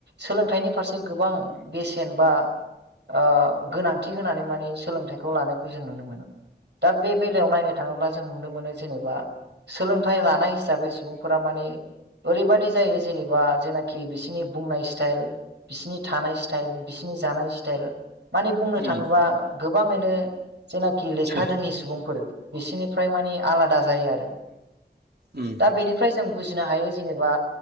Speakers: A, on the right; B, on the right.
A: सोलोंथाइनि फारसे गोबां बे बेसेन बा ओ गोनांथि होनानै माने सोलोंथाइखौ लानायखौ जों नुनो मोनो दा बे बेलायाव नायनो थाङोब्ला जों नुनो मोनो जेनेबा सोलोंथाइ लानाय हिसाबै सुबुंफोरा माने ओरैबादि जायो जेनेबा जेनाखि बिसिनि बुंनाय स्टाइल बिसिनि थानाय स्टाइल बिसिनि जानाय स्टेल माने बुंनो
B: उम
A: थाङोबा गोबाङैनो जेनाखि लेखा
B: सो
A: रोङि सुबुं बिसिनिफ्राय मानि आलादा जायो आरो।
B: उम
A: दा बेनिफ्राय जों बुजिनो हायो जेनेबा